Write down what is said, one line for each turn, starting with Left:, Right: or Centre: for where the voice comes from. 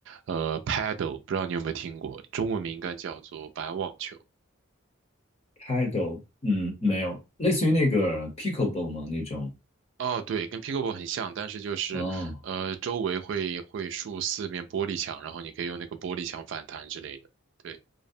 Right: 呃，paddle，不知道你有没有听过，中文名应该叫做板网球。
Left: ，Paddle，嗯，没有，类似于那个 pickleball 吗？那种？
Right: 哦，对，跟 pickleball 很像，但是就是，
Left: 哦
Right: 呃，周围会会竖四面玻璃墙，然后你可以用那个玻璃墙反弹之类的。对，